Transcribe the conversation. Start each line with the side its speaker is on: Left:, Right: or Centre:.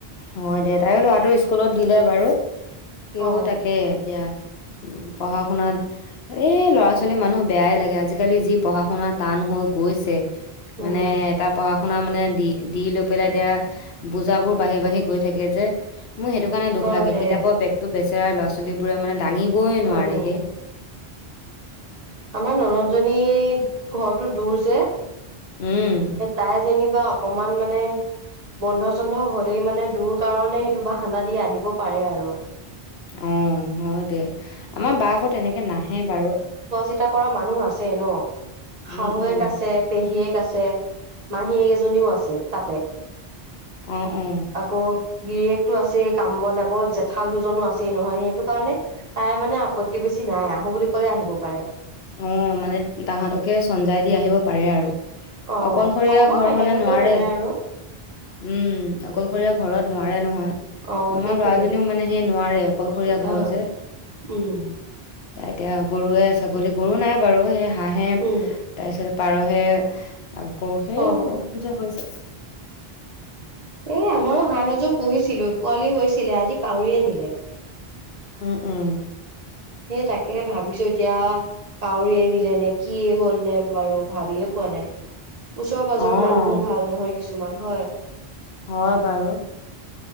Left: হয় দে, তায়ো ল'ৰাটো স্কুলত দিলে বাৰু, সিও
Right: অ
Left: তাকে এতিয়া উম', পঢ়া শুনাত এই ল'ৰা ছোৱালী মানুহ বেয়াই লাগে, আজিকালি যি পঢ়া শুনা টান হৈ গৈছে।
Right: উম
Left: মানে এটা পঢ়া শুনা মানে দি দি লৈ পেলাই এতিয়া বুজাবোৰ বাঢ়ি বাঢ়ি গৈ থাকে যে, মোৰ সেইটো কাৰণে দুখ
Right: হয়
Left: লাগে,
Right: দে
Left: কিতাপৰ বেগতো বেচেৰা ল'ৰা ছোৱালী বোৰে মানে দাঙিবই নোৱাৰে
Right: উম
Left: হেই।
Right: আমাৰ ননন্দজনী ঘৰটো দূৰ যে
Left: উম
Right: তাই যেনিবা অকমান মানে বন্ধ চন্ধ হলেই মানে দূৰ কাৰণে সেইটো বাহানা দি আহিব পাৰে আৰু।
Left: অ', হয় দে, আমাৰ বা আকৌ তেনেকে নাহে বাৰু।
Right: চিন্তা কৰা মানুহ আছে ন,
Left: উম
Right: শাহুৱেক
Left: উম
Right: আছে পেহীয়েক আছে, মাহীয়েক এজনীও আছে তাতে।
Left: অঁ অ।
Right: আকৌ গিৰিয়েকটো আছে কাম-বন আকৌ জেঠাল দুজনো আছেই নহয় সেইটো কাৰণে তাই মানে আপত্তি বেছি নাই আহোঁ বুলি কলে আহিব পাৰে।
Left: অঁ মানে তাহাঁতকে চমজাই দি আহিব পাৰে আৰু।
Right: অ
Left: অকলশৰীয়া
Right: হ'ব
Left: ঘৰ
Right: সেহেতলোকে
Left: হলে নোৱাৰে
Right: বনাই আৰু
Left: উম। অকলশৰীয়া ঘৰত নোৱাৰে নহয়,
Right: অ
Left: আমাৰ
Right: সেইটোৱে
Left: বা জনীও মানে সেই নোৱাৰে। অকলশৰীয়া
Right: অসুবিধা
Left: ঘৰ
Right: হয়
Left: যে।
Right: উম
Left: তাই এতিয়া গৰুৱে, ছাগলী গৰু নাই বাৰু সেই হাঁহে
Right: উম
Left: তাৰপিছত পাৰহে আকৌ সেই
Right: অ অ
Left: অসুবিধা হৈ যায়।
Right: এই আমাৰো হাঁহ এযোৰ পুহিছিলো, পোৱালি হৈছিলে আজি কাউৰীয়ে নিলে।
Left: উম উম।
Right: সেই তাকে ভাবিছো এতিয়া কাউৰীয়ে নিলে নে কিয়ে হল নে বাৰু ভাবিয়ে পোৱা নাই। ওচৰ-পাঁজৰৰ
Left: অ',
Right: মানুহো ভাল নহয়, কিছুমান হয়।
Left: হয় বাৰু।